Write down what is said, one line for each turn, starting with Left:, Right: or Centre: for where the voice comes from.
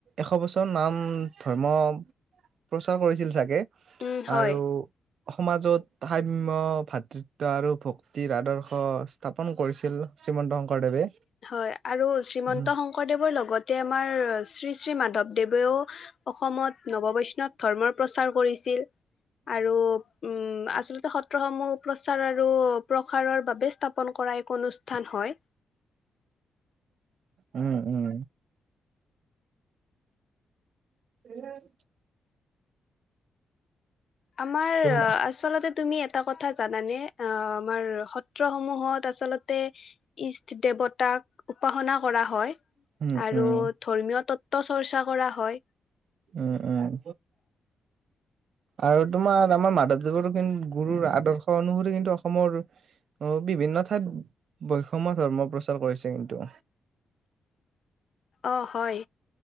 Right: এশ বছৰ নাম ধৰ্ম প্ৰচাৰ কৰিছিল চাগে
Left: উম, হয়।
Right: আৰু সমাজত সাম্য, ভাতৃত্ব আৰু ভক্তিৰ আদৰ্শ স্থাপন কৰিছিল, শ্ৰীমন্ত শংকৰদেৱে।
Left: হয়, আৰু শ্ৰীমন্ত
Right: উম
Left: শংকৰদেৱৰ লগতে আমাৰ শ্ৰী শ্ৰী মাধৱদেৱেও অসমত নৱ বৈষ্ণৱ ধৰ্মৰ প্ৰচাৰ কৰিছিল। আৰু উম, আচ লগতে সত্ৰসমূহ প্ৰচাৰ আৰু প্ৰসাৰৰ বাবে স্থাপন কৰা এক অনুষ্ঠান হয়।
Right: উম, উম। এ <inaudible>
Left: আমাৰ
Right: তুম
Left: আচলতে। তুমি এটা কথা জানানে? অ' আমাৰ সত সত্ৰসমূহত আচলতে ইষ্ট দেৱতাক উপাসনা কৰা হয়
Right: উম উম
Left: আৰু
Right: উম
Left: ধৰ্মীয় ত ত চৰ্চা কৰা হয়।
Right: উম, উম। আৰু তোমাৰ আমাৰ মাধৱদেৱৰো কিন্তু গুৰুৰ আদৰ্শ অনুসৰি কিন্তু অস অসমৰ বিভিন্ন ঠাইত বৈষম্য ধৰ্ম প্ৰচাৰ কৰিছে কিন্তু।
Left: অ', হয়।